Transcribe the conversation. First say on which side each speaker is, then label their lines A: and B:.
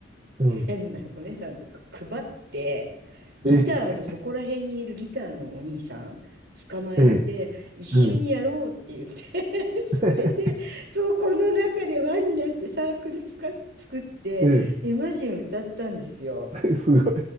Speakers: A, on the right (about 35°); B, on the right (about 65°).
A: うん、
B: 変なお姉さん配ってギターのそこら辺にいるギターのお兄さん捕まえて一緒にやろうって言って
A: ええ、ええ、うん、
B: <laughs> それでそうこの中で輪になってサークルつか作って「イマジン」歌ったんですよ。
A: <laughs> ええ、<laughs> すごい。